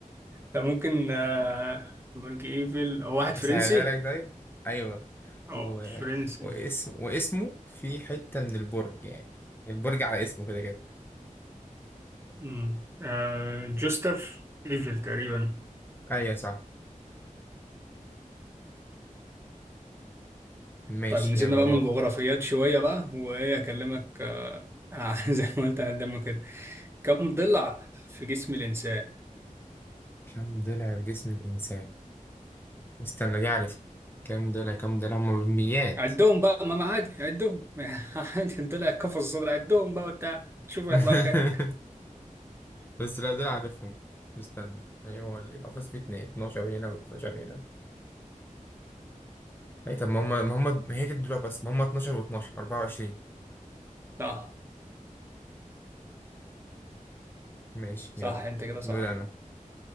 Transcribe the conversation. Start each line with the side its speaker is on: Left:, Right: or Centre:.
Right: ده ممكن آه، برج إيفل هو واحد فرنسي
Left: أسهلها لك طيب أيوة
Right: اه
Left: و...
Right: فرنسي
Left: واسم واسمه في حتة من البرج يعني البرج على اسمه كده كده
Right: مم. آه جوستاف ايفل تقريبا
Left: أيوة صح ماشي
Right: طيب نسيبنا
Left: يلا
Right: بقى
Left: دورك
Right: من جغرافيات شوية بقى وإيه أكلمك آه <laughs> زي ما قلت أنا قدامك كده كم ضلع في جسم الإنسان؟
Left: كم ضلع في جسم الإنسان استنى دي عارف كم ضلع كم ضلع هما بالميات
Right: عدهم بقى ما ما عادي عدهم <laughs> عادي الضلع كفر الصدر عدهم بقى وبتاع شوف هيطلعوا
Left: <laughs>
Right: كام
Left: بس لا دول عارفهم استنى هي هو القفص فيه اتنين 12 هنا و12 هنا اي طب ما هم ما هم ما هي دي الدروع بس ما هم 12 و12 24
Right: صح
Left: ماشي
Right: صح
Left: يلا
Right: أنت كده صح
Left: دول انا